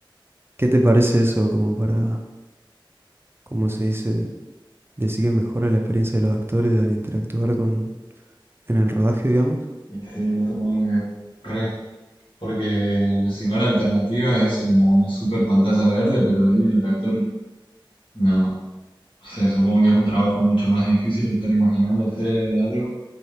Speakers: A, on the right (about 25°); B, on the left (about 75°).
A: ¿Qué te parece eso como para, cómo se dice, decir que mejora la experiencia de los actores al interactuar con... en el rodaje, digamos?
B: Y sí, yo supongo que re. Porque si no la alternativa es como una super pantalla verde, pero ahí el actor no. O sea, supongo que es un trabajo mucho más difícil estar imaginándose algo